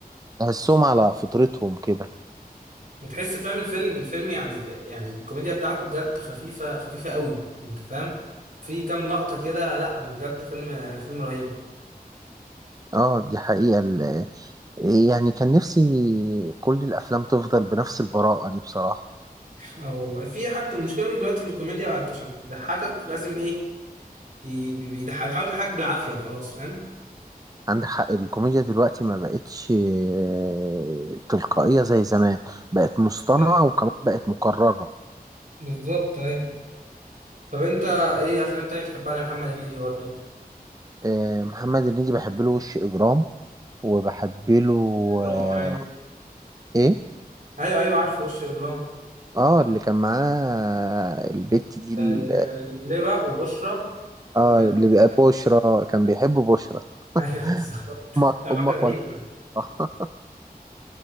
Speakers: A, on the right (about 25°); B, on the right (about 60°).
A: تحسهم على فطرتهم كده
B: وتحس فاهم الفيلم الفيلم يعني يعني الكوميديا بتاعته بجد خفيفة خفيفة قوي أنت فاهم في كام لقطة كده لا بجد فيلم فيلم رهيب
A: اه دي حقيقة ال- يعني كان نفسي كل الافلام تفضل بنفس البراءة دي بصراحة
B: اه والله في حتى المشكلة إن دلوقتي الكوميديا بقت عشان يضحكك لازم إيه بي- بي- بيضحك بيحاول يضحكك بالعافية وخلاص فاهم
A: عندك حق الكوميديا دلوقتي ما بقتش آه، تلقائية زي زمان بقت مصطنعة
B: بالظبط
A: وكمان بقت مكررة
B: بالظبط، أيوة طب أنت إيه أفلام تانية بتحبها لمحمد هنيدي برضه؟
A: آه، محمد هنيدي بحب له وش اجرام وبحب له
B: إجرام
A: آه،
B: أيوة
A: ايه
B: ايوه ايوه عارف وش اجرام
A: اه اللي كان معاه البت دي ال-
B: آه، ل- لبلبة وبشرى وكان
A: اه اللي
B: <laughs>
A: بقى بشرى كان بيحب بشرى <laughs>
B: ايوه بالظبط
A: امك
B: كانت علاقه
A: امك
B: غريبه
A: ولا <laughs>